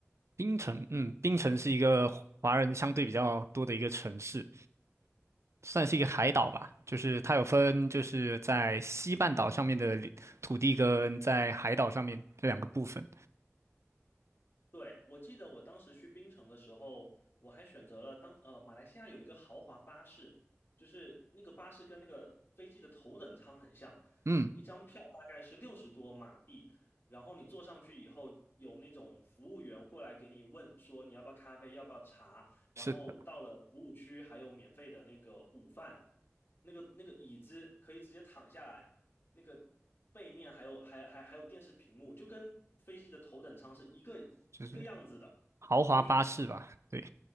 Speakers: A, on the right; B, on the left.
A: 槟城，嗯，槟城是一个华人相对比较多的一个城市。算是一个海岛吧，就是它有分，就是在西半岛上面的领土地跟在海岛上面这两个部分。
B: 对，我记得我当时去槟城的时候，我还选择了当呃马来西亚有一个豪华巴士，就是那个巴士跟那个飞机的头等舱很像，
A: 嗯，
B: 一张票大概是六十多马币，然后你坐上去以后，有那种服务员过来给你问说你要不要咖啡，要不要茶，然后到了服务区还有免费的那个午饭，
A: 是的，
B: 那个那个椅子可以直接躺下来，那个背面还有还还还有电视屏幕，就跟飞机的头等舱是一个一个样子的，
A: 就是豪华巴士吧？
B: 好酷炫哦！
A: 对，